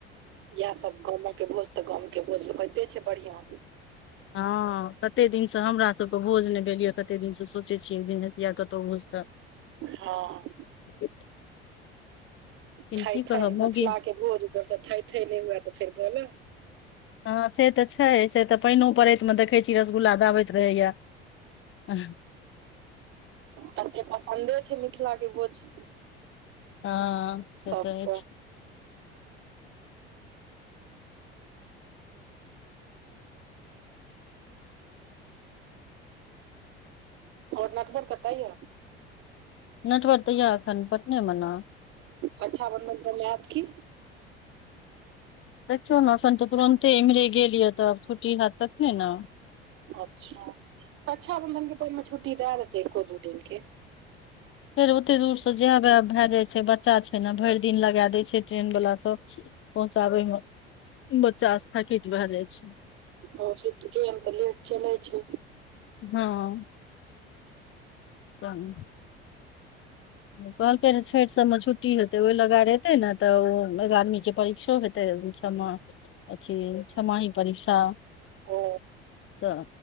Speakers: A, on the right; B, on the left.
A: इएह सब गाँमके भोज तऽ गाम के भोज होइते छै बढ़ियां
B: हँ कतेक दिनसँ हमरासभकेँ भोज नहि भेल यए कतेक दिनसँ सोचै छियै दिन हतिया कतहु भोज तऽ
A: हँ
B: <unintelligible> लेकिन
A: थाय
B: की
A: थाय
B: कहब मौगी
A: मिथला के भोज ऊपरसँ थई थई नहि हुए तऽ फेर बोल
B: हँ से तऽ छै से तऽ पानिओ परड़ैतमे देखैत छी रसगुल्ला दाबैत रहैए ह
A: सबके पसन्दे छै मिथिला के भोज
B: हँ से
A: सबके
B: तऽ होइ छै
A: आओर नटबड़ कतऽ यै
B: नटवर तऽ यै एखन पटने मे न
A: रक्षाबंधन पर ऐत की
B: देखियौ ने एखन तऽ तुरन्ते इम्हरे गेलिय तऽ आब छुट्टी हैत तखने ने
A: अच्छा रक्षाबंधन के टाइम मे छुट्टी दए देतै एको दू दिन के
B: फेर ओते दूरसँ जए उए भए जाइ छै बच्चा छै ने भरि दिन लगा दै छै ट्रेन वला सभ पहुँचाबै मे बच्चा स्थगित भए जाइ छै
A: ह ठिके ट्रेन तऽ लेट चलय छै
B: हँ तहन ओ कहलकै रे छठि सबमे छुट्टी हेतै ओहि लगाएर एते ने तऽ ओ एगारहवीं के परीक्षो हेत हेतै रहय छमा अथि छमाहि परीक्षा
A: ओ
B: तऽ